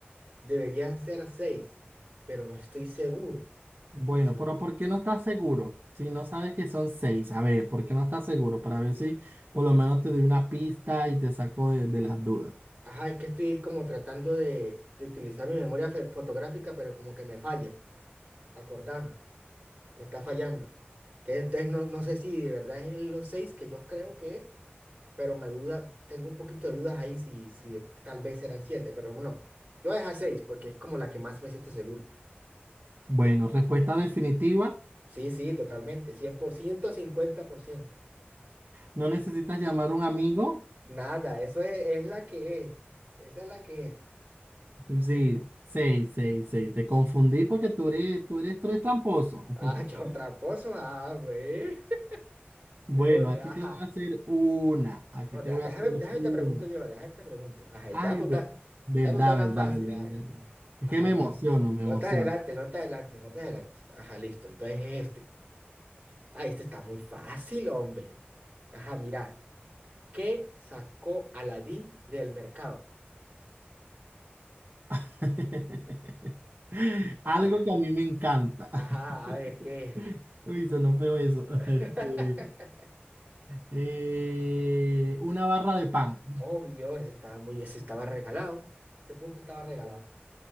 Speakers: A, on the right; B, on the right.
A: deberían ser seis, pero no estoy seguro.
B: Bueno,
A: Si son...
B: pero ¿por qué no estás seguro? Si no sabes que son seis, a ver, ¿por qué no estás seguro? Para ver si por lo menos te doy una pista y te saco de, de las dudas.
A: Ajá, es que estoy como tratando de, de utilizar mi memoria fe- fotográfica, pero como que me falla, para acordarme, me está fallando. Que entonces no, no sé si de verdad es los seis que yo creo que es, pero me duda, tengo un poquito de dudas ahí si, si tal vez eran siete, pero no. Yo voy a dejar seis porque es como la que más me siento seguro.
B: Bueno, respuesta definitiva.
A: Sí, sí, totalmente, cien por ciento, cincuenta por ciento,
B: No necesitas llamar a un amigo.
A: Nada, eso es, es la que es. Esa es la que es.
B: Sí, seis, seis, seis. Te confundí porque tú eres, tú eres, tú eres tramposo.
A: Ah, <laughs> yo
B: <laughs>
A: tramposo, a ver.
B: Bueno,
A: ¿De dónde?
B: aquí
A: Ajá.
B: te voy a hacer una. Aquí
A: No,
B: te
A: deja-
B: voy
A: déjame,
B: a hacer
A: déjame
B: una.
A: te pregunto yo, déjame te pregunto. Ajá,
B: Ay,
A: y te voy a apuntar,
B: ve-
A: te
B: verdad,
A: voy a apuntar una
B: verdad,
A: fácil.
B: verdad.
A: Ajá,
B: ya. Es
A: ajá,
B: que me emociono,
A: no.
B: me
A: No
B: emociono.
A: te adelante, no te adelante, no te adelante. Ajá, listo. Entonces este. Ah, este está muy fácil, hombre. Ajá, mira. ¿Qué sacó Aladín del mercado?
B: <laughs>
A: Ajá.
B: Algo que a mí me encanta. <laughs>
A: Ajá, a ver, ¿qué?
B: Uy, sonó feo eso.
A: <laughs>
B: <laughs> Este, eh, una barra de pan.
A: Obvio, ese estaba muy, ese estaba regalado. Ese punto estaba regalado.